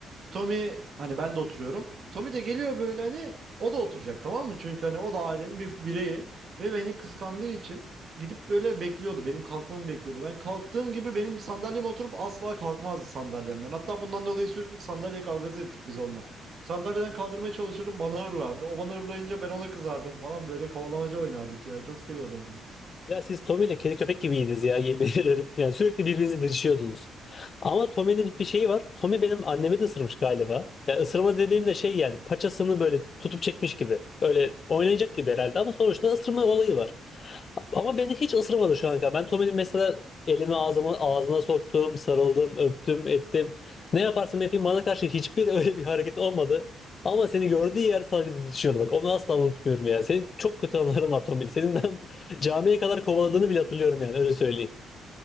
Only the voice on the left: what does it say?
Ya siz Tommy ile kedi köpek gibiydiniz ya yemin <laughs> ederim. Yani sürekli birbirinizi didişiyordunuz. Ama Tommy'nin bir şeyi var. Tommy benim annemi de ısırmış galiba. Yani ısırma dediğimde şey yani paçasını böyle tutup çekmiş gibi. Öyle oynayacak gibi herhalde ama sonuçta ısırma olayı var. Ama beni hiç ısırmadı şu an kadar. Ben Tommy'nin mesela Elimi ağzımı ağzına soktum, sarıldım, öptüm, ettim. Ne yaparsam yapayım bana karşı hiçbir <laughs> öyle bir hareket olmadı. Ama seni gördüğü yer sana bir didişiyordu. Bak onu asla unutmuyorum ya. Senin çok kötü anıların var Tombil. Senin ben <laughs> camiye kadar kovaladığını bile hatırlıyorum yani öyle söyleyeyim.